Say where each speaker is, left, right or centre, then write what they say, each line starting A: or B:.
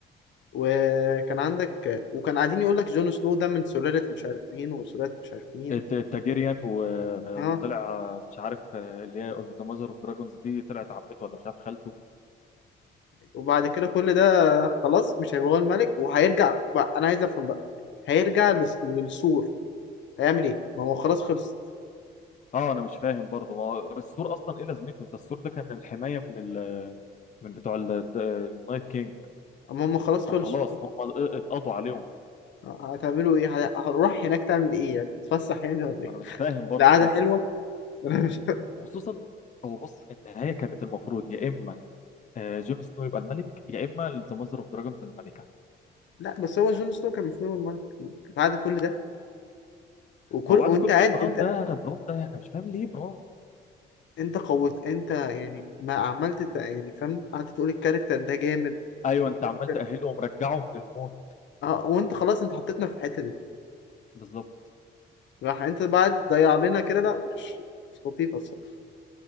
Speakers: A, on the left; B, on the left.
A: وكان عندك وكان قاعدين يقول لك جون سنو ده من سلالة مش عارف مين وسلالة مش عارف مين
B: الت- التاجيريان و...
A: اه
B: وطلع آه، مش عارف آه، اللي هي ذا ماذر اوف دراجونز دي طلعت عمته ولا مش عارف خالته
A: وبعد كده كل ده خلاص مش هيبقى هو الملك وهيرجع بقى انا عايز افهم بقى هيرجع للس- للسور هيعمل ايه ما هو خلاص خلصت
B: اه انا مش فاهم برضه ما هو السور اصلا ايه لازمته انت السور ده كان الحمايه من ال... من بتوع ال- النايت كينج
A: اما هم خلاص
B: فخلاص
A: خلصوا
B: هم اتقضوا عليهم
A: هتعملوا ايه ه- هنروح هناك تعمل ايه يعني تتفسح يعني ولا ايه
B: ما انا مش فاهم برضه
A: القعدة
B: فعلا
A: حلوة <laughs> انا مش
B: خصوصا هو بص النهايه كانت المفروض يا اما آه، جون سنو يبقى الملك يا اما ذا ماذر اوف دراجونز الملكه
A: لا بس هو جون سنو كان المفروض هو الملك بعد كل ده وكل
B: هو بعد
A: وانت
B: كل
A: قاعد
B: ده بران
A: انت
B: ده بران ده انا مش فاهم ليه بران
A: انت قوت انت يعني ما عملت ت- يعني فاهم قعدت تقول الكاركتر ده جامد
B: ايوه
A: والكاركتر
B: انت عمال تاهله ومرجعه من الموت
A: اه وانت خلاص انت حطيتنا في الحته دي
B: بالظبط
A: راح انت بعد ضيع لنا كده لا مش مش لطيفه الصراحه